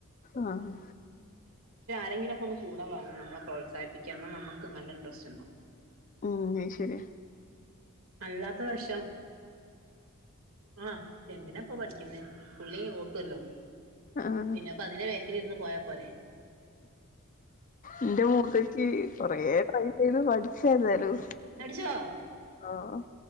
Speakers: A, on the left; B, on the right.
A: ആഹ്
B: പക്ഷേ ആരെങ്കിലൊക്കെ ഒന്ന് കൂടെ വേണം നമ്മള പ്രോത്സാഹിപ്പിക്കന്ന നമുക്ക് നല്ല ഇൻടറസ്റ്റ് ഉണ്ടാവും
A: ഉം അ ശരിയ
B: അല്ലാത്ത വശം ആഹ് എന്തിനാപ്പോ പഠിക്കുന്നേ പുള്ളി ഓട്ടുമല്ലോ
A: ആഹ്
B: പിന്നെപ്പ അതിന്റെ വേക്കിലിരുന്ന് പോയാ പോരെ
A: എന്റെ മൂത്തച്ചി കൊറ ട്രൈ ചെയ്ത് പഠിച്ചായിന്നാലും
B: അടിച്ചോ
A: ആഹ്